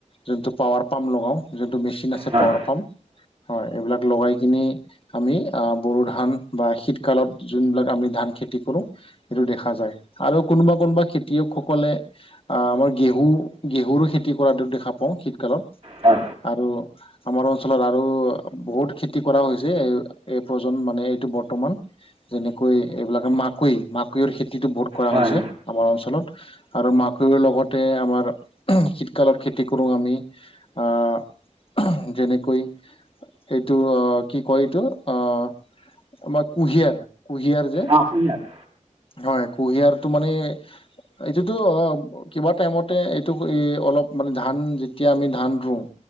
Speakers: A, on the left; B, on the right.
A: যোনটো পাৱাৰ পাম্প লগাওঁ যোনটো মেচিন আছে
B: হয়
A: পাৱাৰ পাম্প। হয় এইবিলাক লগাই কিনি আমি বড়ো ধান বা শীতকালত যোনবিলাক আমি ধান খেতি কৰোঁ। সেইটো দেখা যায় আৰু কোনোবা কোনোবা খেতিয়কসকলে আ‍ঁহ আমাৰ ঘেহু ঘেহু খেতি কৰাটো দেখা পাওঁ শীতকালত
B: হয়
A: আৰু আমাৰ অঞ্চলত আৰু বহুত খেতি কৰা হৈছে, এই এই প্ৰজন্ম মানে এইটো বৰ্তমান। যেনেকৈ এইবিলাক মাকৈ মাকৈৰ খেতিটো বহুত কৰা
B: হয়
A: হৈছে আমাৰ অঞ্চলত, আৰু মাকৈৰ লগতে আমাৰ অঁহ শীতকালত খেতি কৰোঁ আমি অঁ যেনেকৈ এইটো অঁ কি কয় এইটো অ আমাৰ কুঁহিয়াৰ কুহিয়াৰ যে
B: অঁ কুঁহিয়াৰ
A: হয় কুঁহিয়াৰটো মানে এইটোতো অ কিবা টাইমতে এইটো অলপ মানে ধান যেতিয়া আমি ধান ৰুওঁ।